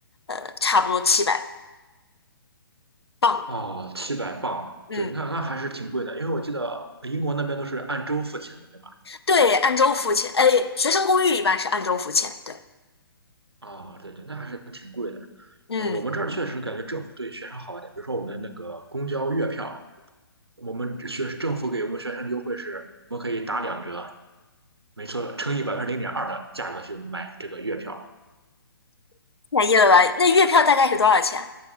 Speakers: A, on the left; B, on the right.
A: 呃，差不多七百镑。
B: 哦，七百磅，
A: 嗯，
B: 对，那那还是挺贵的，因为我记得英国那边都是按周付钱的，对吧？
A: 对，按周付钱。哎，学生公寓一般是按周付钱，对。
B: 啊、对对，那还是挺贵的。
A: 嗯，
B: 啊、我们这儿确实感觉政府对学生好一点，比如说我们的那个公交月票，我们这学政府给我们学生的优惠是，我们可以打两折，没错，乘以百分之零点二的价格去买这个月票，
A: 便宜了吧？那月票大概是多少钱？